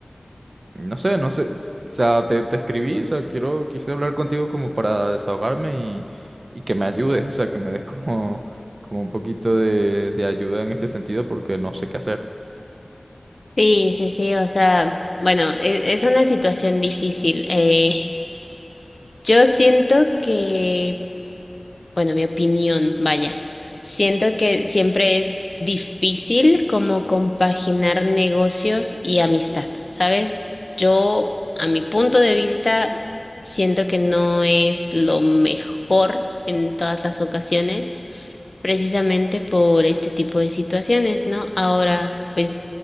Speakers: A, on the right; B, on the left.
A: no sé, no sé. O sea, te, te escribí, o sea, quiero, quise hablar contigo como para desahogarme y, y que me ayudes, o sea, que me des como, como un poquito de, de ayuda en este sentido porque no sé qué hacer.
B: sí, sí, sí, o sea, bueno, e- es, una situación difícil. Eh, yo siento que, bueno, mi opinión, vaya, siento que siempre es difícil como compaginar negocios y amistad, ¿sabes? Yo, a mi punto de vista, siento que no es lo mejor en todas las ocasiones. precisamente por este tipo de situaciones, ¿no? Ahora, pues